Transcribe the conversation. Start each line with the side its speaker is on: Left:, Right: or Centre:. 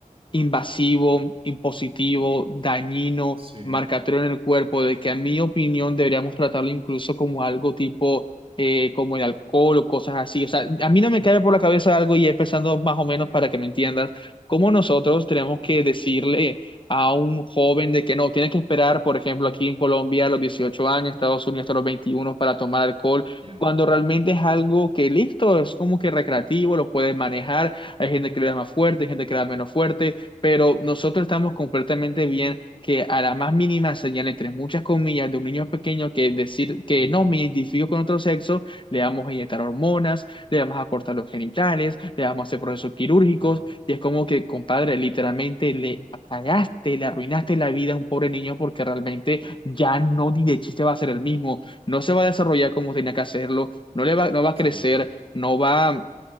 Left: invasivo, impositivo, dañino,
Right: Sí,
Left: marcatorio en el cuerpo, de que a mi opinión deberíamos tratarlo incluso como algo tipo, eh, como el alcohol o cosas así. O sea, a mí no me cae por la cabeza algo y es pensando más o menos
Right: ya,
Left: para que me entiendas, cómo nosotros tenemos que decirle a un joven de que no, tiene que esperar, por ejemplo, aquí en Colombia a los 18 años, Estados Unidos hasta los 21 para tomar alcohol.
Right: ya.
Left: Cuando realmente es algo que listo, es como que recreativo, lo puedes manejar, hay gente que le da más fuerte, hay gente que le da menos fuerte, pero nosotros estamos completamente bien que a la más mínima señal, entre muchas comillas, de un niño pequeño que decir que
Right: Me entiendo.
Left: no me identifico con otro sexo, le vamos a inyectar hormonas, le vamos a cortar los genitales, le vamos a hacer procesos quirúrgicos,
Right: Wow.
Left: y es como que, compadre, literalmente le apagaste, le arruinaste la vida a un pobre niño porque realmente ya no ni de chiste va a ser el mismo, no se va a desarrollar como tenía que hacerlo, no le va, no va a
Right: Sí,
Left: crecer, no va